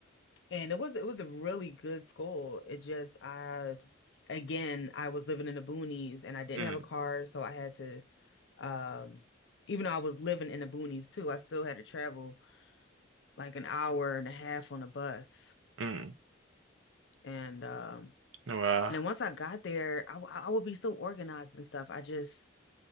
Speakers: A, on the left; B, on the right.
A: and it was it was a really good school. It just I again I was living in the boonies and I didn't
B: mm,
A: have a car, so I had to um even though I was living in the boonies too, I still had to travel like an hour and a half on a bus.
B: mm.
A: And um
B: Well,
A: and then once I got there, I, w- I would be so organized and stuff. I just